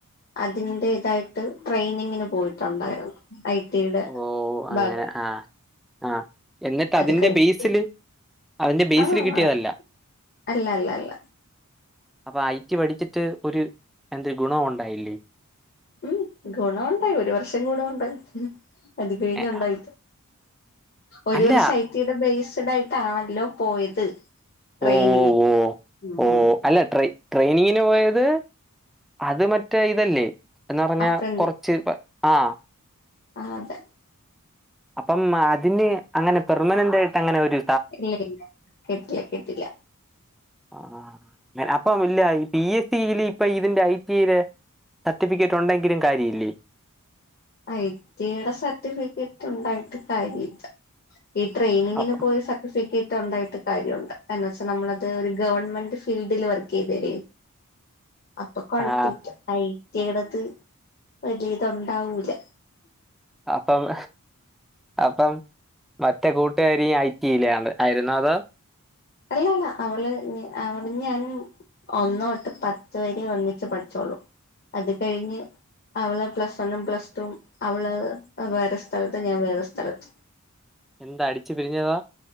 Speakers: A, on the left (about 45°); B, in the centre.
A: അതിന്റെതായിട്ട് ട്രെയിനിങ്ങിന് പോയിട്ടുണ്ടായിരുന്നു ഐടിയുടെ
B: ഓ അങ്ങനെ
A: ഭാഗം
B: ആ ആ എന്നിട്ട്
A: അത്
B: അതിന്റെ
A: കഴിഞ്ഞ്
B: ബേസില് അതിന്റെ ബേസിൽ
A: ആഹ്
B: കിട്ടിയതല്ല
A: അല്ല അല്ല അല്ല
B: അപ്പൊ ഐ ടി പഠിച്ചിട്ട് ഒരു എന്ത് ഗുണവും ഉണ്ടായില്ലേ
A: ഉം ഗുണമുണ്ടായി ഒരു വർഷം ഗുണമുണ്ടായി അത് കഴിഞ്ഞുണ്ടായില്ല
B: എ,
A: ഒരു
B: അല്ല
A: വർഷം ഐടിയുടെ ബേസ്ഡ് ആയിട്ടാണല്ലോ പോയത് ട്രെയിനിങ്ങിന്
B: ഓ ഓ ഓ
A: ഉം
B: ഓ
A: ഉം
B: അല്ല ട്രൈനിങ് ട്രെയിനിങ്ങിന് പോയത് അത് മറ്റേ ഇതല്ലേ എന്ന് പറഞ്ഞാ
A: അപ്പണ്ട്
B: കുറച്ച് ആ
A: ആഹ് അതെ
B: അപ്പം അതിന് അങ്ങനെ പെർമനന്റ് ആയിട്ടങ്ങനെ ഒരു
A: ഇല്ല ഇല്ല കിട്ടില്ല കിട്ടില്ല
B: ആഹ് അപ്പ ഇല്ല പി എസ് സിയില് ഇപ്പൊ ഇതിന്റെ ഐ ടി ഐ ല് സർട്ടിഫിക്കറ്റ് ഒണ്ടെങ്കിലും കാര്യഇല്ലേ
A: ഐടിയടെ സർട്ടിഫിക്കറ്റ് ഒണ്ടായിട്ട് കാര്യ ഇല്ല ഈ ട്രെയിനിങ്ങിന്
B: അപ്പ
A: പോയ സ സർട്ടിഫിക്കറ്റ് ഒണ്ടായിട്ട് കാര്യവൊണ്ട് എന്താന്ന് വെച്ചാ നമ്മളത് ഒരു ഗവൺമെന്റ് ഫീൽഡില് വർക്ക് ചെയ്തല്ലേ അപ്പൊ കൊഴപ്പില്ല
B: ആ
A: ഐ ടി യെടത് വല്യ ഇതൊണ്ടാവൂല
B: അപ്പം അപ്പം മറ്റേ കൂട്ടുകാരി ഐ ടി യിലാണ് ആരുന്നോ അതോ
A: അല്ലല്ല അവള് ഉം അവളും ഞാനും ഒന്ന് തൊട്ട് പത്ത് വരെ ഒന്നിച്ചു പഠിച്ചൊള്ളു അത് കഴിഞ്ഞ് അവള് പ്ലസ് വണ്ണും പ്ലസ് ടും അവള് വേറെ സ്ഥലത്ത് ഞാൻ വേറെ സ്ഥലത്ത്
B: എന്താ അടിച്ചു പിരിഞ്ഞതാ